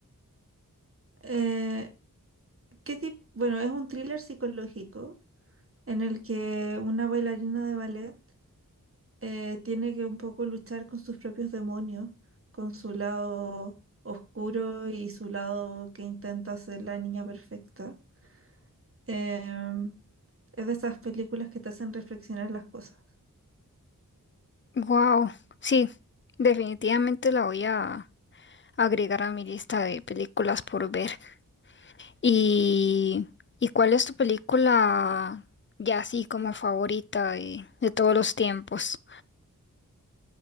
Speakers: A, on the right (about 40°); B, on the left (about 35°).
A: Eh, ¿qué tipo? Bueno, es un thriller psicológico en el que una bailarina de ballet eh, tiene que un poco luchar con sus propios demonios, con su lado oscuro y su lado que intenta ser la niña perfecta. Em, es de esas películas que te hacen reflexionar las cosas.
B: Wow, sí, definitivamente la voy a agregar a mi lista de películas por ver. ¿Y, y cuál es tu película ya así como favorita de, de todos los tiempos?